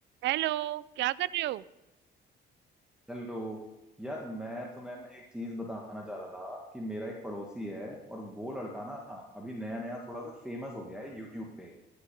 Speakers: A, on the right (about 65°); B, in the centre.
A: हेलो क्या कर रहे हो
B: Hello यार मैं तुम्हें ना एक चीज बताना चाह रहा था कि मेरा एक पड़ोसी है और वो लड़का ना अभी नया नया थोड़ा सा फेमस हो गया है यूट्यूब पे